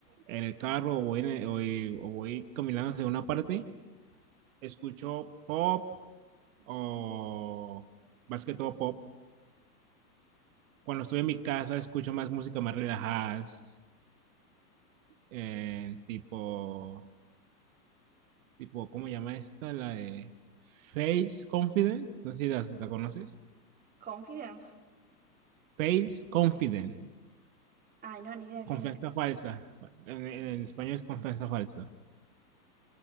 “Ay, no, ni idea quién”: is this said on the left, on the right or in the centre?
Right